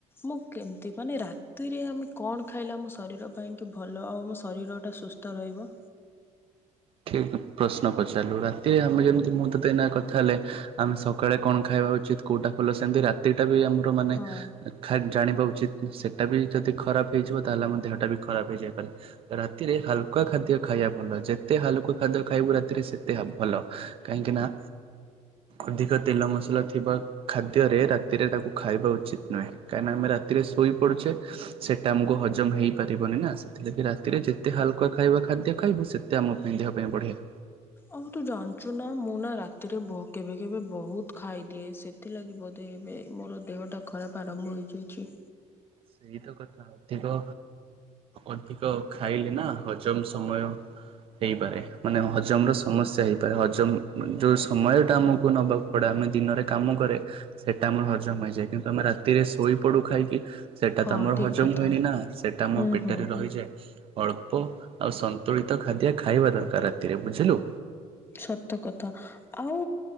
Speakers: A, on the left; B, on the right.
A: ମୁଁ କେମ୍ ତି ମାନେ ରାତିରେ ଆମେ କଣ ଖାଇଲେ ଆମ ଶରୀର ପାଇଁକି ଭଲ, ଆଉ ଆମ ଶରୀର ଟା ସୁସ୍ଥ ତ ରହିବ?
B: ଠିକ୍ ପ୍ରଶ୍ନ ପଚାରିଲୁ। ରାତିରେ ଆମେ ଯେମିତି ମୁଁ ତତେ ଏନା କଥା ହେଲେ ଆମେ ସକାଳେ କଣ ଖାଇବା ଉଚିତ୍, କୋଉଟା ଭଲ, ସେମିତି ରାତି ଟା ବି ଆମର ମାନେ
A: ହଁ।
B: ଖା ଜାଣିବା ଉଚିତ୍, ସେଟା ବି ଯଦି ଖରାପ ହେଇଯିବ। ତାହେଲେ ଆମ ଦେହଟା ବି ଖରାପ ହେଇଯାଇ ପାରେ। ରାତିରେ ହାଲ୍କା ଖାଦ୍ୟ ଖାଇବା ଭଲ। ଯେ ତେ ହାଲୁକା ଖାଦ୍ୟ ଖାଇବୁ ରାତିରେ ସେତେ ଭଲ। କାହିଁକି ନା ଅଧିକ ତେଲ ମସଲା ଥିବା ଖାଦ୍ୟରେ, ରାତିରେ ତାକୁ ଖାଇବା ଉଚିତ୍ ନୁହେଁ। କାହିଁକିନା ଆମେ ରାତିରେ ଶୋଇ ପଡୁଛେ ସେଟା ଆମକୁ ହଜମ ହେଇପାରିବନି ନା, ସେଥିଲାଗି ରାତିରେ ଯେତେ ହାଲକା ଖାଇବା ଖାଦ୍ୟ ଖାଇବ ସେ ତେ ଆମ ପାଇଁ ଦେହ ପାଇଁ ବଢ଼ିଆ।
A: ଆଉ ତୁ ଜାଣିଛୁ ନା, ମୁଁ ନା ରାତିରେ କେବେ କେବେ ବୋହୁତ୍ ଖାଇଦିଏ। ସେ ଥିଲାଗି ବୋଧେ, ଏବେ ମୋର ଦେହଟା ଖରାପ ଆରମ୍ଭ ହୋଇଯାଇଛି।
B: ସେଇ ତ କଥା ଆ ଅଧିକ, ଅଧିକ ଖାଇଲେ ନା ହଜମ ସମୟ ହେଇପାରେ। ମାନେ ହଜମ ର ସମସ୍ୟା ହେଇପାରେ। ହଜମ ଯୋଉ ସମୟ ଟା ଆମକୁ ନବାକୁ ବଟ ଆମେ ଦିନରେ କାମ କରେ, ସେଇଟା ଆମର ହଜମ ହେଇଯାଏ। କିନ୍ତୁ ଆମେ ରାତିରେ ଶୋଇପଡୁ ଖାଇକି ସେଇଟା
A: ହଁ
B: ତ ଆମର
A: ଠିକ୍
B: ହଜମ
A: କଥା।
B: ହୁଏନି ନା। ସେଇଟା ଆମ
A: ହୁଁ
B: ପେଟରେ
A: ହୁଁ
B: ରହିଯାଏ।
A: ହୁଁ।
B: ଅଳ୍ପ ଆଉ ସନ୍ତୁଳିତ ଖାଦ୍ୟ ଖାଇବା ଦରକାର ରାତିରେ ବୁଝିଲୁ।
A: ସତ କଥା। ଆଉ